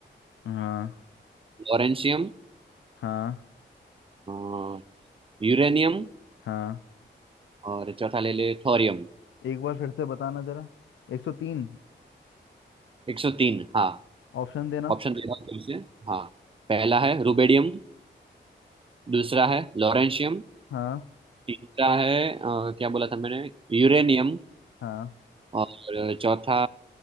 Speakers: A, on the left; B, on the right.
A: हाँ
B: लॉरेंशियम
A: हाँ
B: अ, यूरेनियम
A: हाँ
B: और चौथा ले ले थोरियम
A: एक बार फिर से बताना जरा 103
B: 103 हाँ
A: ऑप्शन देना
B: ऑप्शन दे रहा हूँ फिर से हाँ पहला है रुबेडियम दूसरा है लॉरेंशियम
A: हाँ
B: तीसरा है अ, क्या बोला था मैंने यूरेनियम
A: हाँ
B: और चौथा